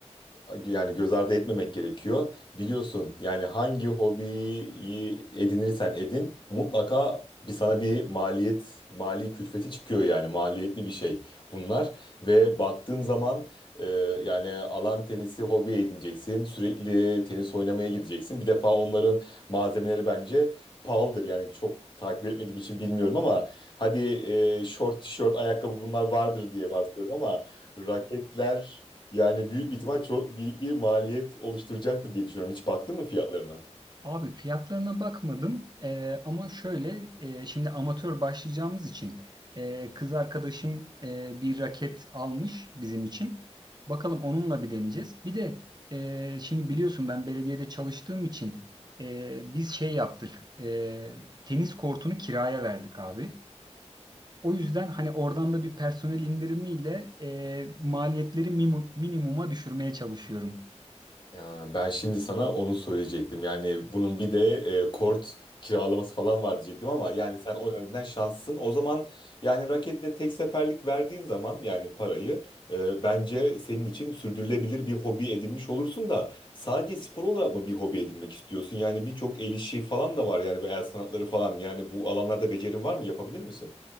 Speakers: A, on the left; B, on the right.
A: e, yani göz ardı etmemek gerekiyor. Biliyorsun yani hangi hobiyi edinirsen edin mutlaka bir sana bir maliyet, mali külfeti çıkıyor yani maliyetli bir şey bunlar. Ve baktığım zaman e, yani alan tenisi hobi edineceksin. Sürekli tenis oynamaya gideceksin. Bir defa onların malzemeleri bence pahalıdır yani çok takip etmediğim için bilmiyorum ama hadi e, short tişört ayakkabı bunlar vardır diye varsayıyorum ama Raketler yani büyük bir ihtimal çok büyük bir maliyet oluşturacaktır diye düşünüyorum. Hiç baktın mı fiyatlarına?
B: Abi fiyatlarına bakmadım Ee, ama şöyle e, şimdi amatör başlayacağımız için e, kız arkadaşım e, bir raket almış bizim için. Bakalım onunla bir deneyeceğiz. Bir de e, şimdi biliyorsun ben belediyede çalıştığım için e, biz şey yaptık e, tenis kortunu kiraya verdik abi. O yüzden hani oradan da bir personel indirimiyle e, maliyetleri mimu- minimuma düşürmeye çalışıyorum.
A: Ya ben şimdi sana onu söyleyecektim. Yani bunun bir de e, kort kiralaması falan var diyecektim ama yani sen o yönden şanslısın. O zaman yani raketle tek seferlik verdiğin zaman yani parayı e, bence senin için sürdürülebilir bir hobi edinmiş olursun da sadece spor olarak mı bir hobi edinmek istiyorsun? Yani birçok el işi falan da var yani bu el sanatları falan. Yani bu alanlarda becerin var mı? Yapabilir misin?